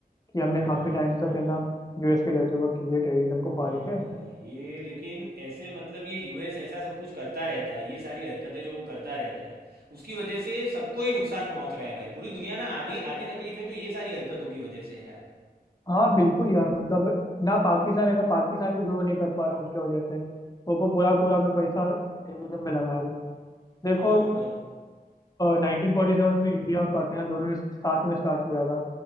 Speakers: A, on the left; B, on the right.
A: कि हमने
B: अच्छा
A: काफी टाइम तक है ना यूएस के डर्टी वर्क किए टेररिज्म को
B: हाँ
A: पाल के
B: भाई ये लेकिन ऐसे मतलब ये यूएस ऐसा सब कुछ करता रहता है ये सारी हरकतें जो वो करता रहता है उसकी वजह से सबको ही नुकसान पहुंच रहा है भाई पूरी दुनिया में आधी आधी तकलीफें तो ये सारी हरकतों की वजह से है यार
A: हाँ बिल्कुल यार मतलब ना पाकिस्तान है ना पाकिस्तान भी ग्रो नहीं कर पा रहा उनके वजह से वो वो पूरा पूरा अपना पैसा टेररिज्म में लगा रहे हैं
B: हाँ
A: देखो
B: भाई
A: नाइनटीन फोर्टी सेवन में इंडिया और पाकिस्तान दोनों ने साथ में स्टार्ट किया था